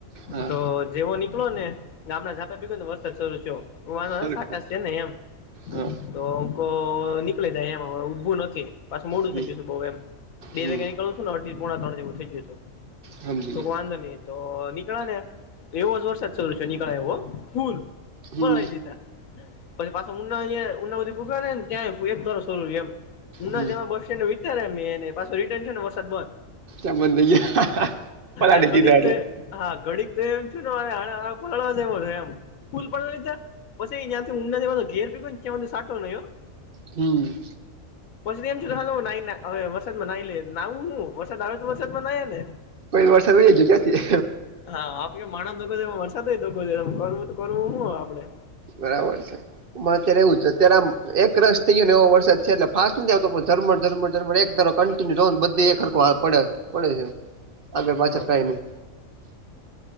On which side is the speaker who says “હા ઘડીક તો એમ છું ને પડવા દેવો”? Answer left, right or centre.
Left